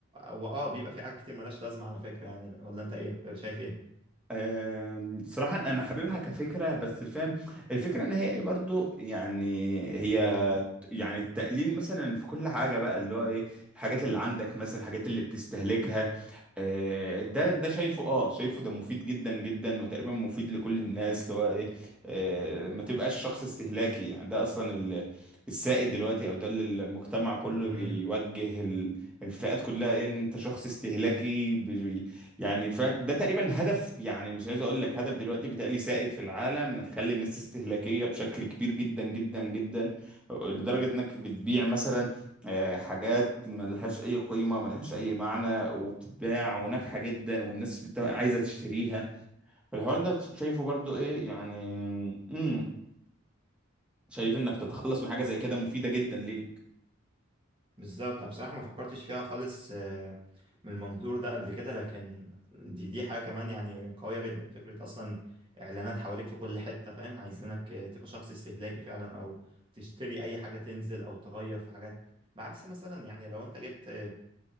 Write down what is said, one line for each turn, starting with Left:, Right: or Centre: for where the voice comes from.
Right: وآه بيبقى في حاجات كتير ملهاش لازمة على فكرة يعني ولا أنت إيه شايف إيه؟
Centre: آم، صراحة أنا حاببها كفكرة بس الفهم الفكرة إن هي إيه برضو يعني هي يعني التقليل مثلا في كل حاجة بقى اللي هو ايه الحاجات اللي عندك مثلا الحاجات اللي بتستهلكها آه، ده ده شايفه اه شايفه ده مفيد جدا جدا وتقريبا مفيد لكل الناس اللي هو ايه آه، ما تبقاش شخص استهلاكي يعني ده اصلا ال- السائد دلوقتي او ده اللي المجتمع كله
Right: مم.
Centre: بيوجه ال- الفئات كلها ايه إن انت شخص استهلاكي بي- يعني فاهم ده تقريبا هدف يعني مش عايز اقول لك هدف دلوقتي بيتهيألي سائد في العالم نخلي الناس استهلاكية بشكل كبير جدا جدا جدا لدرجة انك بتبيع مثلا آه، حاجات ملهاش اي قيمة ملهاش اي معنى وبتتباع وناجحة جدا والناس بت... عايزة تشتريها فالحوار ده شايفه برضو ايه يعني امم شايف انك تتخلص من حاجة زي كده مفيدة جدا ليك
Right: بالظبط انا بصراحه ما فكرتش فيها خالص آه، من المنظور ده قبل كده لكن دي دي حاجه كمان يعني قويه جدا فكره اصلا اعلانات حواليك في كل حته فاهم عايزينك آه، تبقى شخص استهلاكي فعلا او تشتري اي حاجه تنزل او تغير في حاجات بعكس مثلا يعني لو انت جبت آه،